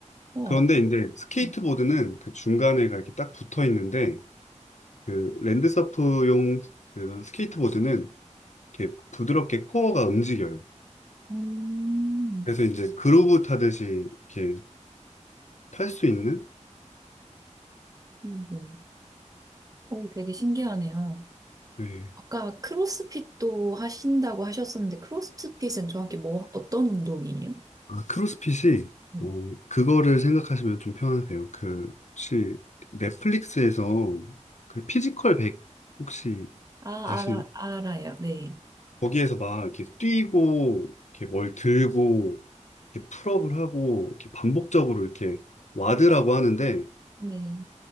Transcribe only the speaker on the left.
그런데 이제 스케이트보드는
그 중간에가 이렇게 딱 붙어 있는데 그 랜드서프용 그 스케이트보드는 이렇게 부드럽게 코어가 움직여요.
그래서 이제 그루브 타듯이 이렇게 탈 수 있는?
네.
아, 크로스핏이,
어, 그거를 생각하시면 좀 편하세요. 그, 혹시 넷플릭스에서 그 피지컬 100 혹시
아시나?
거기에서 막 이렇게 뛰고, 이렇게 뭘 들고, 이렇게 풀업을 하고, 이렇게 반복적으로 이렇게 와드라고 하는데,